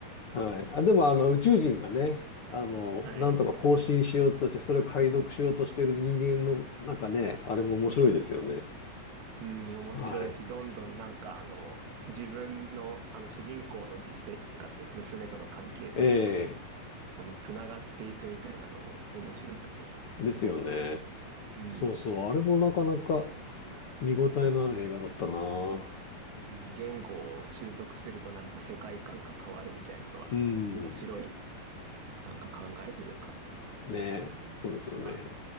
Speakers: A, on the left; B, on the right.
A: はい。あ、でもあの宇宙人がね、あの、
B: はい。
A: なんとか更新しようとして、それを解読しようとしてる人間の、なんかね、あれも面白いですよね。
B: うん、面白いし、
A: はい。
B: どんどんなんかあの、自分のあの主人公の実生活、娘との関係とどんどん、
A: ええ、
B: そのつながっていくみたいなのも面白くて、
A: ですよね。
B: うん、
A: そうそう。あれもなかなか見応えのある映画だったな。
B: うん、言語を習得するとなんか世界観が変わるみたいなのは面白い
A: うん。
B: なんか考えというか、
A: ねえ、
B: うん、
A: そうですよね。
B: はい。